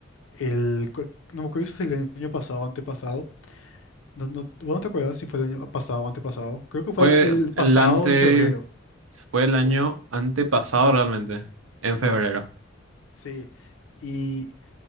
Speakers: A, on the left (about 75°); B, on the right (about 85°).
A: el, cu- no me acuerdo si fue el año pasado o antepasado, no, no, ¿vos no te acuerdas si fue el año pasado o antepasado? Creo que fue
B: Fue
A: el pasado
B: el ante,
A: en febrero.
B: fue el año
A: Oh,
B: antepasado realmente, en febrero.
A: sí, y